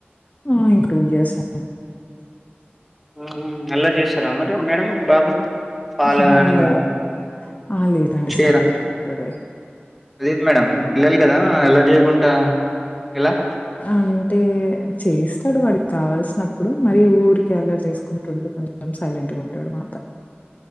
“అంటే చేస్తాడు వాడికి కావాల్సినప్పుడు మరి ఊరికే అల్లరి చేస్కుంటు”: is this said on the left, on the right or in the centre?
Left